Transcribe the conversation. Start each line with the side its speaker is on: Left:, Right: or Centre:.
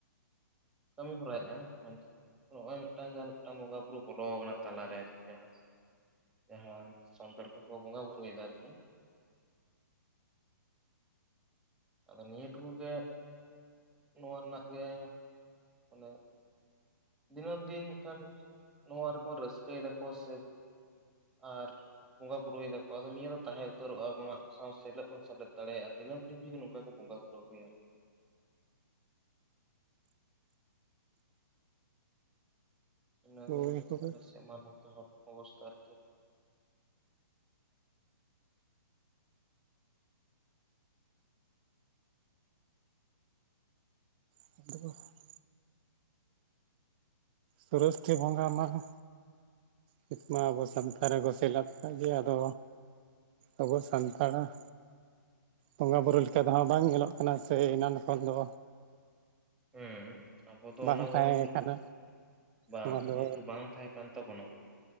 Centre: ᱠᱟᱹᱢᱤ ᱦᱚᱨᱟᱭᱮᱫᱼᱟ ᱢᱮᱱᱠᱷᱟᱱ ᱱᱚᱜᱼᱚᱭ ᱢᱤᱫᱴᱟᱝ ᱡᱟᱦᱟᱸ ᱢᱤᱫᱴᱟᱝ ᱵᱚᱸᱜᱟ ᱵᱩᱨᱩ ᱵᱚᱞᱚ ᱠᱟᱱᱟ ᱛᱟᱞᱟᱨᱮ ᱟᱨᱠᱤ ᱡᱟᱦᱟᱸ ᱡᱟᱦᱟᱸ ᱥᱟᱱᱛᱟᱲ ᱠᱚᱦᱚ ᱠᱚ ᱵᱚᱸᱜᱟ ᱵᱩᱨᱩ ᱫᱟ <unintelligible> ᱟᱫᱚ ᱱᱤᱭᱟᱹ ᱴᱩᱠᱩᱜᱮ ᱱᱚᱣᱟ ᱨᱮᱱᱟᱜ ᱜᱮ ᱢᱟᱱᱮ ᱫᱤᱱᱟᱹᱢ ᱫᱤᱱ ᱠᱟᱱ ᱱᱚᱣᱟ ᱨᱮᱠᱚ ᱨᱟᱹᱥᱠᱟᱹᱭ ᱫᱟᱠᱚ ᱥᱮ ᱟᱨ ᱵᱚᱸᱜᱟ ᱵᱩᱨᱩᱭ ᱫᱟᱠᱚ ᱟᱫᱚ ᱱᱤᱭᱟᱹ ᱫᱚ ᱵᱚᱸᱜᱼᱟ ᱵᱩᱨᱩ ᱫᱟᱠᱚ ᱟᱫᱚ ᱱᱤᱭᱟ ᱫᱚ ᱛᱟᱦᱮᱸ ᱩᱛᱟᱹᱨᱚᱜᱼᱟ ᱟᱵᱚ ᱥᱟᱶ ᱥᱮᱞᱮᱫ ᱦᱚᱸ ᱥᱮᱞᱮᱫ ᱫᱟᱲᱮᱭᱟᱜᱼᱟ ᱫᱤᱱᱟᱹᱢ ᱫᱤᱱ ᱡᱩᱫᱤ ᱱᱚᱝᱠᱟ᱾ ᱵᱚᱸᱜᱟ ᱠᱩᱨᱩ ᱜᱮᱭᱟ ᱤᱱᱟᱹᱜᱮ
Right: ᱦᱳᱭ ᱦᱳᱭ
Centre: ᱟᱨ ᱥᱮ ᱢᱟᱱ ᱚᱵᱚᱥᱛᱷᱟ ᱟᱨᱠᱤ
Right: <unintelligible> ᱥᱚᱨᱚᱥᱚᱛᱤ ᱵᱚᱸᱜᱟ ᱢᱟᱦᱟ ᱱᱤᱛ ᱢᱟ ᱟᱵᱚ ᱥᱟᱱᱛᱟᱲ ᱨᱮᱠᱚ ᱥᱮᱞᱮᱫ ᱠᱟᱜᱮ ᱟᱫᱚ ᱟᱵᱚ ᱥᱟᱱᱛᱟᱲᱟᱜ ᱵᱚᱸᱜᱟ ᱵᱩᱨᱩ ᱞᱮᱠᱟ ᱫᱚᱦᱚᱸ ᱵᱟᱝ ᱧᱮᱞᱚᱜ ᱠᱟᱱᱟ ᱥᱮ ᱮᱱᱟᱱ ᱠᱷᱚᱱ ᱫᱚ
Centre: ᱦᱮᱸ ᱟᱵᱚ ᱫᱚ
Right: ᱵᱟᱝ
Centre: ᱚᱱᱟ ᱵᱚᱸᱜᱟ
Right: ᱛᱟᱦᱮᱸ
Centre: ᱵᱩᱨᱩ
Right: ᱠᱟᱱᱟ
Centre: ᱵᱟᱝ
Right: ᱱᱚᱣᱟ
Centre: ᱟᱫᱚ
Right: ᱫᱚ
Centre: ᱡᱮᱦᱮᱛᱩ ᱵᱟᱝ ᱛᱟᱦᱮᱸ ᱠᱟᱱ ᱛᱟᱵᱚᱱᱟ᱾